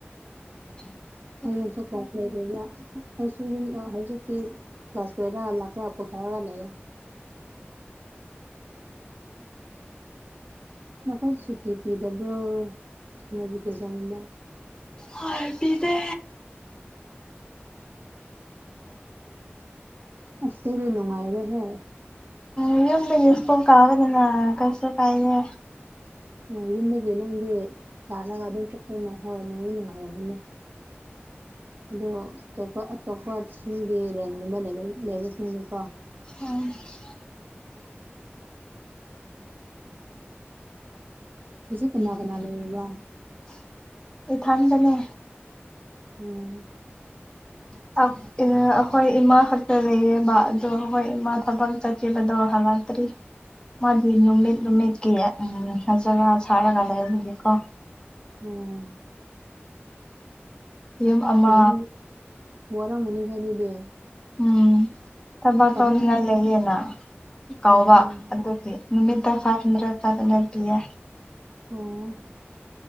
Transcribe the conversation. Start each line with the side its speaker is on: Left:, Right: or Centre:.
Left: <inaudible>
Right: ꯍꯌꯦꯡꯁꯨ ꯀ꯭ꯂꯥꯁ ꯂꯩꯇꯕꯔꯥ ꯑꯩꯁꯨ ꯌꯨꯝ ꯍꯧꯖꯤꯛꯇꯤ ꯐꯁꯦꯔ ꯂꯥꯛꯄꯔ ꯄꯨꯊꯧꯔꯒ ꯂꯩꯌꯦ ꯅꯈꯣꯏꯗꯤ ꯁꯨꯇꯤ ꯄꯤꯗꯕ꯭ꯔꯣ ꯁꯣꯏꯕꯨ ꯀꯦ ꯆꯥꯅꯤꯡꯕ
Left: ꯍꫭꯏ ꯄꯤꯗꯦ
Right: ꯑꯁꯤꯗꯤ ꯅꯨꯡꯉꯥꯏꯔꯣꯏꯍꯦ
Left: ꯎ ꯌꯨꯝꯗꯒꯤ ꯏꯁ‍꯭ꯀꯨ ꯀꯥꯕꯅꯤꯅ ꯀꯩꯁꯨ ꯀꯥꯏꯗꯦ
Right: ꯑꯣ ꯌꯨꯝꯗꯒꯤ ꯅꯪꯗꯤ ꯀꯥꯔꯒ ꯑꯗꯨꯝ ꯆꯠꯄꯅ ꯍꯣꯏ ꯅꯪꯣꯏ ꯅꯨꯡꯉꯥꯏꯔꯝꯃꯤꯅꯦ ꯑꯣ ꯑꯇꯣꯞꯄ ꯑꯇꯣꯞꯄꯁꯤꯡꯒꯤ ꯔꯟꯒꯨꯝꯕ ꯂꯩꯕꯁꯤꯡꯅꯤꯀꯣ
Left: <unintelligible>
Right: ꯍꯧꯖꯤꯛ
Left: <unintelligible>
Right: ꯀꯅꯥ ꯀꯅꯥ ꯂꯩꯔꯤꯕ
Left: ꯏꯊꯟꯗꯅꯦ
Right: ꯎꯝ
Left: <unintelligible> ꯑꯩꯈꯣꯏ ꯏꯃꯥ ꯈꯛꯇ ꯂꯩꯌꯦꯕ ꯑꯗꯣ ꯑꯩꯈꯣꯏ ꯏꯃꯥ ꯊꯕꯛ ꯆꯠꯈꯤꯕꯗꯣ ꯍꯜꯂꯛꯇ꯭ꯔꯤ ꯃꯥꯗꯤ ꯅꯨꯃꯤꯠ ꯅꯨꯃꯤꯠꯀꯤ <unintelligible> ꯂꯩꯕꯒꯤꯀꯣ
Right: ꯎꯝ
Left: ꯌꯨꯝ ꯑꯃ
Right: ꯋꯥꯔꯝ ꯋꯥꯔꯝꯒꯅꯤ ꯍꯦ ꯑꯗꯨꯗꯤ
Left: ꯎꯝ ꯊꯕꯛ
Right: ꯄꯥꯕꯨꯡ
Left: ꯇꯧꯅꯤꯡꯉꯥꯏ ꯂꯩꯌꯦꯅ ꯀꯥꯎꯕ
Right: ꯑꯣ ꯑꯣ
Left: ꯑꯗꯨꯒꯤ ꯅꯨꯃꯤꯠꯇ <unintelligible> ꯄꯤꯌꯦ
Right: ꯑꯣ